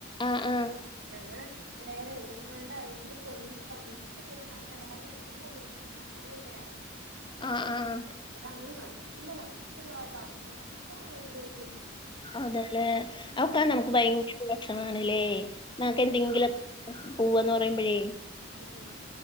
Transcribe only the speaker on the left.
ആഹ് ആഹ്
ആഹ് ആഹ്
അതെ ലെ അപ്പൊ
നമുക്ക് ഭയങ്കര വെഷമാണ് ലേ
നമ്ക്ക് എന്തെങ്കിലൊ പോവാന്ന് റിമ്പഴേ